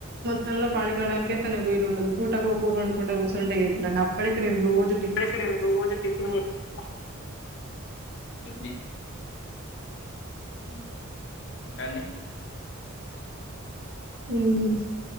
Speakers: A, on the right; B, on the left.
A: తనలో పడుకోడానికే తనకు వీలు ఉండదు పూటకో ఓ కూర వండుకుంటా కూసుంటే ఎట్లా అప్పటిక నేను రోజ
B: <unintelligible> ఏంది హు ఇంకాండి
A: మ్మ్